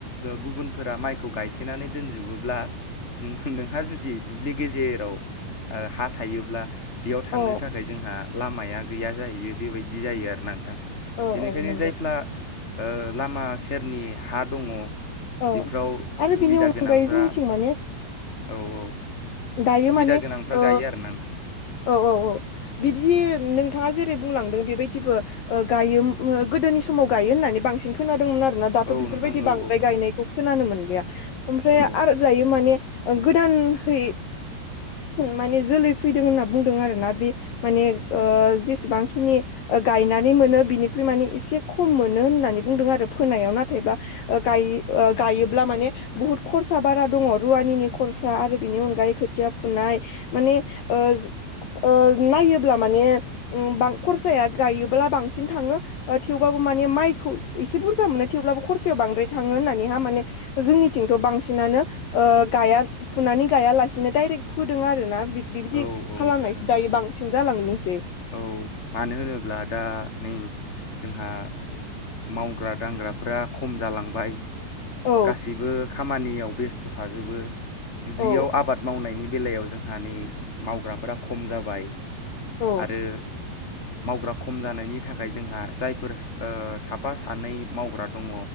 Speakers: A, on the left; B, on the left.
A: गुबुनफोरा माइखौ गायथेनानै दोनजोबोब्ला नोंहा जुदि दुब्लि गेजेर जेराव हा थायोब्ला बेयाव
B: औ
A: थांनो थाखाय जोंहा लामाया गैया जाहैयो बेबायदि जायो आरो ना नोंथां
B: औ
A: बेनिखायनो
B: औ नंगौ
A: जायफ्रा लामा सेरनि हा दङ
B: औ
A: बेफोराव
B: आरो
A: सुबिदा
B: बिनि अनगायै
A: गोनांफोरा
B: जोंनिथिं माने
A: औ औ
B: दायो
A: सुबिदा
B: माने
A: गोनांफ्रा
B: ओ
A: गायो आरोना
B: औ औ
A: नोंथां
B: बिबदि नोंथाङा जे बुंलांदों बेबायदिबो ओ गायो गोदोनि समाव गायो होननानै बांसिन खोनादोंमोन आरो। दाथ'
A: औ
B: बेफोरबायदि
A: नोंथां औ
B: बांद्राय गायनायखौ खोनानो मोनलिया ओमफ्राय
A: औ
B: आरो जायो माने गोदान है माने जोलै फैदों होनना बुंदों आरोना बे माने ओ जेसेबांखिनि गायनानै मोनो बिनिख्रुइ मान एसे खम मोनो होननानै बुंदों आरो फोनायाव न नाथायबा गाय गायोब्ला माने बुहुत खरसा बारा दङ रुवानिनि खरसा आरो बि नि अनगायै खोथिया फुनाय माने ओ ओ नायोब्ला माने उ खरसाया गायोब्ला बांसिन थाङो थेवबाबो माने माइखौ एसे बुरजा मोनो थेवब्लाबो खरसेयाव बांद्राय थाङो होननानैहा माने जोंनिथिंथ' बांसिनानो ओ गाया। फुनानै गायालासिनो दडाइरेक्ट फोदों आरोना बिबायदि
A: औ औ
B: खालामनायसो
A: नोंथां
B: दायो
A: औ
B: बांसिन जालांदोंसै।
A: औ मानो होनोब्ला दा नै जोंहा मावग्रा दांग्राफोरा खम जालांबाय
B: औ
A: गासैबो खामानियाव बेस्थ' थाजोबो दुब्लियाव
B: औ
A: आबाद मावनायनि बेलायाव जोंहानि मावग्राफोरा खम जाबाय
B: औ
A: आरो मावग्रा खम जानायनि थाखाय जोंहा जायफोर ओ साफा सानै मावग्रा दङ